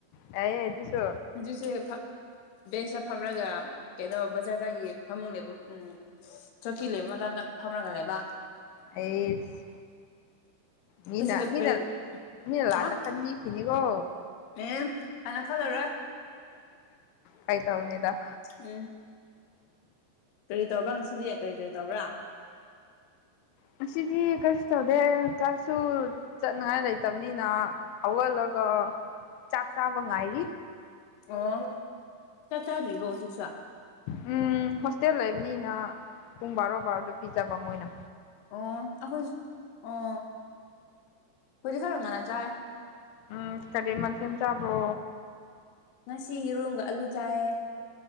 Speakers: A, on the left; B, on the left.
A: ꯑꯥꯌꯦ ꯑꯗꯨꯁꯨ
B: ꯍꯧꯖꯤꯛꯁꯦ ꯐ ꯕꯦꯟꯁꯇ ꯐꯝꯂꯒ ꯀꯩꯅꯣ ꯕꯖꯥꯔꯗꯒꯤ ꯐꯝꯃꯂꯦꯕ ꯎꯝ ꯆꯧꯀꯤ ꯂꯩ ꯃꯇꯝꯗ ꯐꯝꯔꯒ ꯂꯩꯕ
A: ꯑꯩꯁ ꯃꯤꯅ
B: ꯀꯁꯤꯗ
A: ꯃꯤꯅ
B: ꯀꯔꯤ
A: ꯃꯤꯅ ꯂꯥꯟꯅ
B: ꯍꯥ
A: ꯈꯟꯕꯤꯈꯤꯅꯤꯀꯣ
B: ꯑꯦ ꯀꯅ ꯈꯜꯂꯔꯣꯏ
A: ꯐꯥꯒꯤ ꯇꯧꯅꯤꯗ
B: ꯎꯝ ꯀꯔꯤ ꯇꯧꯕ꯭ꯔꯥ ꯉꯁꯤꯗꯤ ꯀꯔꯤ ꯀꯔꯤ ꯇꯧꯕ꯭ꯔꯥ
A: ꯉꯁꯤꯗꯤ ꯀꯩꯁꯨ ꯇꯧꯗꯦ ꯀꯜꯁꯨ ꯆꯠꯅꯤꯉꯥꯏ ꯂꯩꯇꯕꯅꯤꯅ ꯍꯧꯒꯜꯂꯒ ꯆꯥꯛ ꯆꯥꯕ ꯉꯥꯏꯔꯤ
B: ꯑꯣ ꯆꯥꯛ ꯆꯥꯗ꯭ꯔꯤꯕꯣ ꯍꯧꯖꯤꯛꯁꯨ
A: ꯎꯝ ꯍꯣꯁꯇꯦꯜ ꯂꯩꯕꯅꯤꯅ ꯄꯨꯡ ꯕꯥꯔꯣ ꯕꯥꯔꯣꯗ ꯄꯤꯖꯕ ꯃꯣꯏꯅ
B: ꯑꯣ ꯑꯩꯈꯣꯏ ꯑꯣ ꯍ‌ꯣꯏꯗꯤ ꯈꯔꯥ ꯉꯟꯅ ꯆꯥꯏ
A: ꯎꯝ ꯀꯔꯤ ꯃꯊꯦꯜ ꯆꯥꯕ꯭ꯔꯣ
B: ꯉꯁꯤ ꯌꯦꯔꯨꯡꯒ ꯑꯂꯨ ꯆꯥꯏꯌꯦ